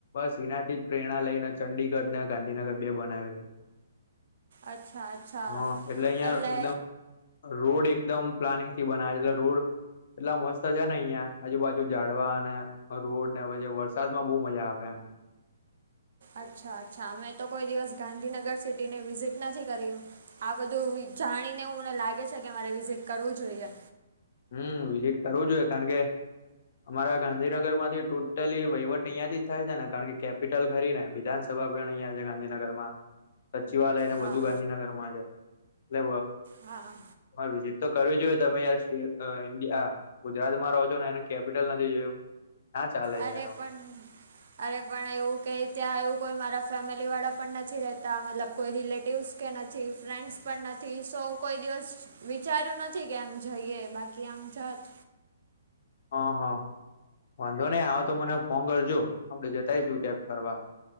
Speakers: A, on the left (about 50°); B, on the right (about 60°).
A: સેનાથી જ પ્રેરણા લઈને ચંડીગઢ ને ગાંધીનગર બે બનાલુ.
B: અચ્છા અચ્છા
A: હા અહિયાં
B: એટલે
A: એકદમ રોડ એકદમ પ્લાનિંગ થી બનાવેલા રોડ એટલા મસ્ત છે ને અહિયાં આજુબાજુ જાડવા અને હ રોડ ને હ વરસાદ માં બહુ મજા આવે એમ.
B: અચ્છા અચ્છા મે તો કોઈ દિવસ ગાંધીનગર સિટીને વિઝિટ નથી કર્યું. આ બધું જાણીને મને લાગે છે કે મારે વિઝિટ કરવું જોઈએ.
A: હમ વિઝિટ કરવું જોઈએ કારણ કે અમારા ગાંધીનગર માંથી ટોટલી વહીવટ અહીં થી જ થાય છે ને કારણ કેપિટલ ખરી ને વિધાનસ સભા પણ અહીંયા છે ગાંધીનગરમાં. સચિવાલય ને
B: હા
A: બધું ગાંધીનગરમાં છે, એટલે
B: હા.
A: વિઝીટ તો કરવી જોઈએ તમે યાર. ઇન્ડિયા ગુજરાતમાં રહો છો ને એનું કેપિટલ નથી જોયું. ના ચાલે
B: અરે
A: યાર આવું
B: પણ અરે પણ એવું ક ત્યાં એવું કોઈ મારા ફેમિલી વાળા પણ નથી રહેતા મતલબ કોઈ રિલેટિવ્સ. કે નથી ફ્રેન્ડ્સ પણ નથી સો કોઈ દિવસ વિચાર્યું નથી કે આમ જઈએ બાકી. કે આજ
A: હા હા. વાંધો નઈ હ તો મને ફોન કરજો આપડે જતાઈશું ક્યાંક ફરવા.